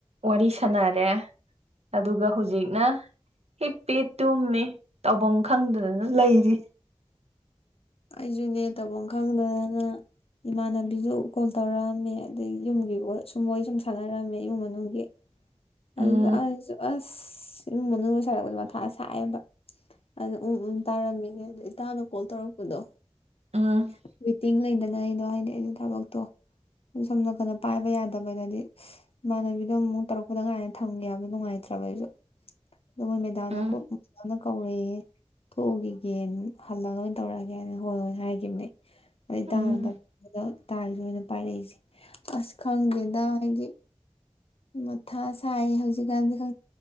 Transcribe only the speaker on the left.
ꯑꯩꯁꯨꯅꯦ ꯇꯧꯐꯝ ꯈꯪꯗꯗꯅ ꯏꯃꯥꯟꯅꯕꯤꯗꯨ ꯀꯣꯜ ꯇꯧꯔꯛꯑꯝꯃꯦ ꯑꯗꯩ ꯌꯨꯝꯒꯤ ꯁꯨꯝꯕꯣꯏ ꯁꯨꯝ ꯁꯥꯟꯅꯔꯛꯝꯃꯦ ꯏꯃꯨꯡ ꯃꯅꯨꯡꯒꯤ ꯑꯗꯨꯁꯨ
ꯑ ꯑꯁ ꯏꯃꯨꯡ ꯃꯅꯨꯡ ꯑꯣꯏ ꯁꯥꯔꯛꯄꯗꯣ ꯃꯊꯥ ꯁꯛꯑꯦꯕ ꯑꯗꯨ ꯎꯝ ꯎꯝ ꯇꯥꯔꯝꯃꯤꯅꯦ ꯑꯗꯣ ꯏꯇꯥꯅ ꯀꯣꯜ ꯇꯧꯔꯛꯄꯗꯣ
<unintelligible> ꯇꯤꯡ ꯂꯩꯗꯅꯩꯅꯣ ꯍꯥꯏꯗꯤ ꯑꯩꯁꯦ ꯊꯕꯛꯇꯣ ꯁꯣꯝ ꯅꯥꯀꯗ ꯄꯥꯏꯕ ꯌꯥꯗꯕꯗꯗꯤ ꯏꯃꯥꯟꯅꯕꯤꯗꯣ ꯑꯃꯨꯛ ꯇꯧꯔꯛꯄꯗ ꯀꯥꯏꯅ ꯊꯝꯒꯦ ꯍꯥꯏꯕ ꯅꯨꯡꯉꯥꯏꯇ꯭ꯔꯕ ꯑꯩꯁꯨ ꯣꯏ ꯃꯦꯗꯥ
ꯃ ꯀꯧꯔꯛꯦ ꯊꯣꯛꯎꯒꯦ ꯌꯦꯟ ꯍꯜꯂꯒ ꯂꯣꯏꯅ ꯇꯧꯔꯛꯑꯒꯦꯅ ꯍꯣꯏ ꯍꯣꯏ ꯍꯥꯏꯒꯦ ꯀꯝꯅꯦ ꯑꯗꯨ
ꯇꯥꯔꯗ ꯑꯣꯏꯅ ꯄꯥꯏꯔꯛꯏꯁꯦ ꯑꯁ ꯈꯪꯗꯦꯗ ꯍꯥꯏꯗꯤ ꯃꯊꯥ ꯁꯥꯏ ꯍꯧꯖꯤꯛꯀꯥꯟꯁ ꯈ